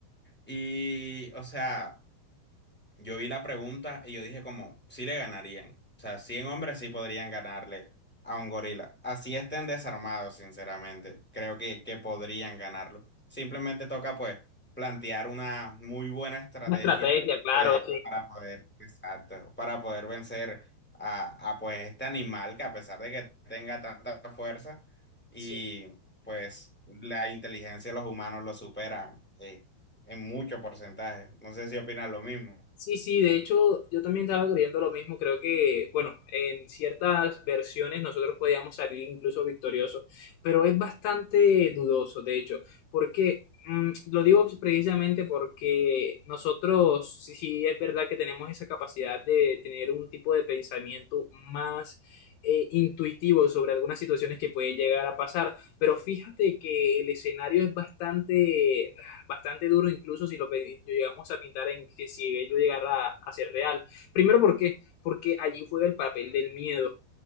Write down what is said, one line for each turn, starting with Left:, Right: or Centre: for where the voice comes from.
Centre: Y, o sea, yo vi la pregunta y yo dije como, sí le ganarían. O sea, 100 hombres sí podrían ganarle a un gorila. Así estén desarmados, sinceramente. Creo que, que podrían ganarlo. Simplemente toca pues plantear una muy buena estrategia
Left: Una estrategia, claro,
Centre: pues para poder, exacto, para poder vencer a, a pues este animal que a pesar de que tenga tanta fuerza y
Left: sí.
Centre: pues la inteligencia de los humanos lo supera eh, en mucho porcentaje. No sé si opinan lo mismo.
Left: Sí, sí, de hecho yo también estaba creyendo lo mismo, creo que, bueno, en ciertas versiones nosotros podíamos salir incluso victoriosos, pero es bastante dudoso, de hecho, porque mm, lo digo precisamente porque nosotros, sí, sí, es verdad que tenemos esa capacidad de tener un tipo de pensamiento más eh, intuitivo sobre algunas situaciones que pueden llegar a pasar, pero fíjate que el escenario es bastante bastante duro, incluso si lo pe- llegamos a pintar en que si ello llegara a, a ser real. Primero, ¿por qué? Porque allí juega el papel del miedo